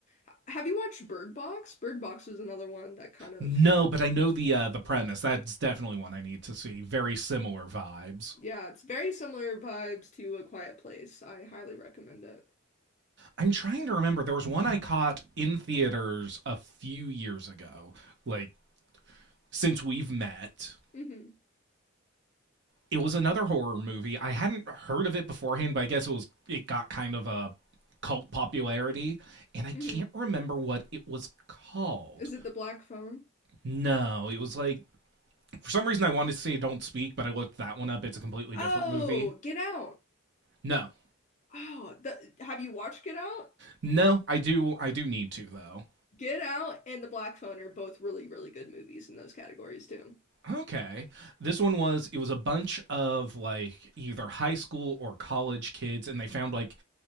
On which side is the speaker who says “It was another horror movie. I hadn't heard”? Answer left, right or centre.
Right